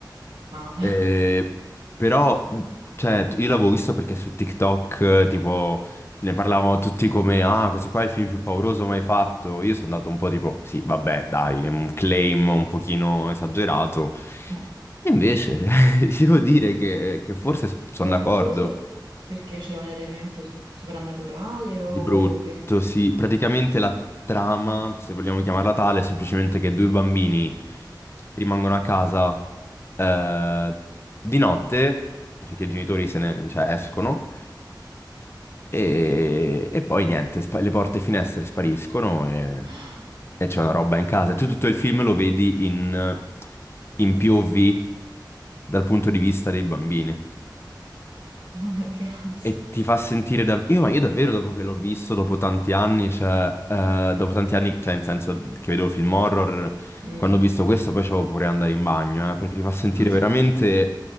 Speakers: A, on the right; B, on the left.
A: Ah.
B: Eh, però, cioè, io l'avevo visto perché su TikTok, eh, tipo, ne parlavano tutti come, ah, questo qua è il film più pauroso mai fatto. Io sono andato un po' tipo, sì, vabbè, dai, è un claim un pochino esagerato.
A: <laughs>
B: Invece, <laughs> devo dire che, che forse sono
A: Spaventoso
B: d'accordo.
A: perché c'è un elemento so- sovrannaturale o
B: Di brutto,
A: per...
B: sì. Praticamente la trama, se vogliamo chiamarla tale, è semplicemente che due bambini rimangono
A: Mm.
B: a casa eh, di notte, perché i genitori se ne, cioè, escono, e, e poi niente, spa- le porte e finestre spariscono e,
A: <gasps>
B: e c'è
A: No,
B: una roba in casa. E tu tutto il film lo vedi in, in POV dal punto di vista dei bambini.
A: nonna che ansia.
B: E ti fa sentire dav- io, ma io davvero dopo che l'ho visto, dopo tanti anni, cioè, eh, dopo tanti anni, cioè, nel senso che vedevo film horror,
A: Mm.
B: quando ho visto questo poi c'avevo pure andare in bagno, eh, perché ti fa sentire
A: Madò.
B: veramente